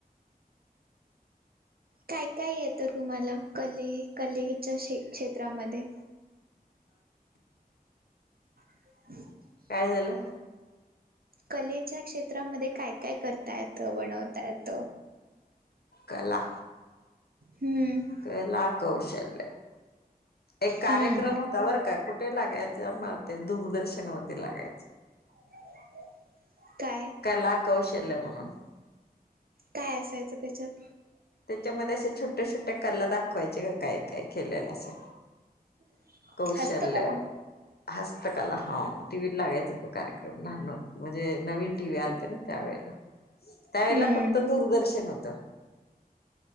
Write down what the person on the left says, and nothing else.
काय झालं?
कला.
कला कौशल्य एक कार्यक्रम
होता बर का कुठे लागायचं ते? दूरदर्शनवरती लागायचं.
कला कौशल्य म्हणून.
त्याच्यामध्ये असे छोट्या-छोट्या कला दाखवायचे काय-काय केलेलं असेल.
कौशल्य.
हस्तकाला हम्म टी व्ही लागायचा तो कार्यक्रम लहान होतो, म्हणजे नवीन टीव्ही आलते ना त्यावेेळेला. त्यावेळेला
फक्त दूरदर्शन होतं.